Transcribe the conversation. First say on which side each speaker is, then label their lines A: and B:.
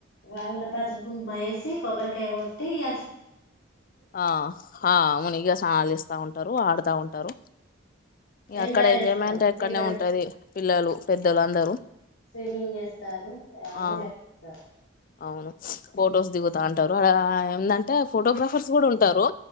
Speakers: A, on the left (about 75°); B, on the left (about 40°).
A: వాగులా పసుపు కుంకుమ వేసి కొబ్బరికాయ కొట్టి ఇగ
B: ఆ అ మునిగిస్థానాలు చేస్ బ ఉంటారు ఆడుతా ఉంటారు
A: ఎంజాయ్
B: అక్కడ
A: చేస్తారు
B: ఎంజాయ్మెంట్ అక్కడనే
A: పిల్లలు
B: ఉంటది పిల్లలు పెద్దలు అందరూ
A: స్విమ్మింగ్ చేస్తారు ఎంజాయ్
B: ఆ
A: చేస్తారు
B: అవును ఫొటోస్ దిగుత అంటరు అడ ఏందంటే ఫోటోగ్రఫర్స్ కూడా ఉంటరు